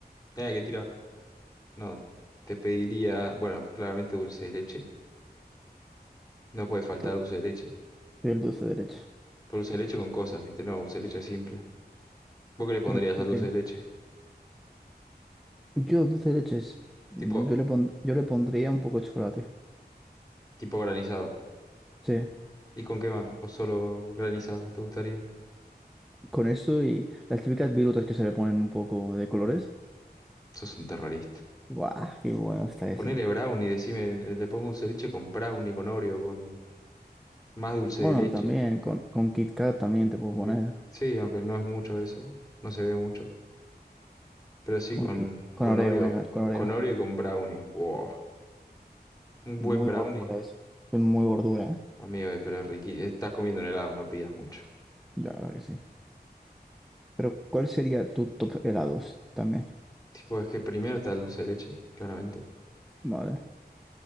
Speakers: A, on the left; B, in the centre.
A: Mira que tira. No, te pediría, bueno, claramente dulce de leche. No puede faltar
B: tú,
A: dulce de leche.
B: tú y el dulce derecho.
A: Pero dulce de leche con cosas, ¿viste? No, dulce de leche simple. ¿Vos qué le pondrías
B: ¿Pero con
A: al dulce
B: qué?
A: de leche?
B: Yo dulce de leche es- yo
A: Tipo,
B: le pon- yo le pondría un poco de chocolate.
A: tipo granizado.
B: Sí,
A: ¿Y con qué más? ¿O solo granizado te gustaría?
B: con eso y las típicas virutas que se le ponen un poco de colores.
A: Sos un terrorista.
B: ¡Guau! ¡Qué bueno está eso!
A: Ponele brownie, decime, le le pongo dulce de leche con brownie, con Oreo, con más dulce
B: Bueno,
A: de leche.
B: también con, con Kit Kat también te puedo
A: Aunque,
B: poner.
A: sí, aunque no es mucho eso, no se ve mucho. Pero sí
B: Con,
A: con,
B: Ki- con
A: con
B: Oreo,
A: Oreo,
B: venga, con Oreo.
A: con Oreo y con brownie. Wow. Un
B: Muy
A: buen brownie.
B: gordura eso. Soy muy gordura, ¿eh?
A: Amigo, eh, pero es riqui. Estás comiendo un helado, no pidas mucho.
B: Ya, claro que sí. Pero, ¿cuál sería tu top helados también?
A: Tipo, es que primero está el dulce de leche, claramente.
B: Vale.